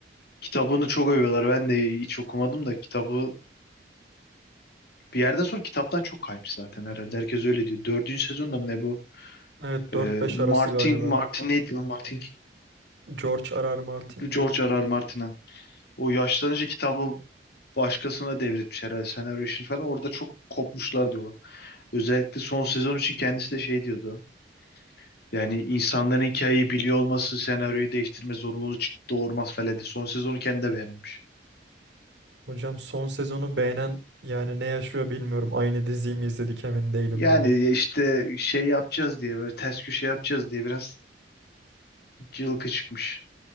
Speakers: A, on the left; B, on the right.
A: Kitabını çok övüyorlar. Ben de hiç okumadım da kitabı Bir yerden sonra kitaptan çok kaymış zaten herhalde. Herkes öyle diyor. Dördüncü sezonda mı ne bu?
B: Evet
A: Ee,
B: dört beş
A: Martin,
B: arası galiba.
A: Martin neydi lan Martin?
B: George R.R. Martin'di.
A: George R. R. Martin'a. O yaşlanınca kitabı başkasına devretmiş herhalde senaryo işini falan. Orada çok kopmuşlar diyorlar. Özellikle son sezon için kendisi de şey diyordu. Yani insanların hikayeyi biliyor olması senaryoyu değiştirme zorunluluğu ç- doğurmaz falan diye. Son sezonu kendi de beğenmiş.
B: Hocam son sezonu beğenen yani ne yaşıyor bilmiyorum. Aynı diziyi mi izledik emin değilim
A: Yani
B: ben.
A: işte şey yapacağız diye böyle ters köşe yapacağız diye biraz cılkı çıkmış.